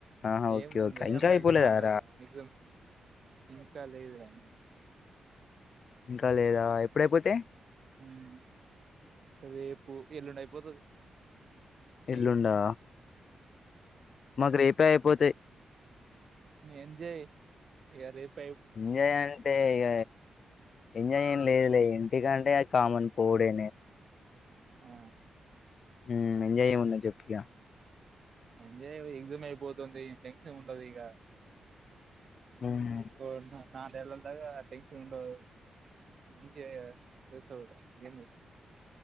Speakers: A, on the left (about 60°); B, on the right (about 55°).
A: ఆహా ఓకే
B: ఏం ఉంది
A: ఓకే ఇంకా
B: అమ్మాయిలతో
A: అయిపోలేదారా
B: మాట్లాడితే మాట్డద ఇంకా లేదు రా
A: ఇంకా లేదా ఎప్పుడైపోతే
B: ఉమ్ రేపు ఎల్లుండి అయిపోతది మీకు
A: ఎల్లుండా మాకు రేపే అయిపోతాయి
B: ఎంజయ్ ఇగ రేప్
A: ఎంజయ్ అంటే ఇగ ఎంజయ్ లేదు లేదు ఇంటికంటే కామన్ పోవుడే
B: ఆ
A: ఉం ఎంజాయ్ చేమన్న చెప్పు ఇగ
B: ఎంజ ఎగ్జామ్ <unintelligible> అయిపోతుంది టెన్షన్ ఉంటది ఇక
A: హ్మ్
B: ఓ నా నాలుగు నెలలు దాకా టెన్షన్ ఉండదు అంచి <unintelligible> అ తెసద ఎన్న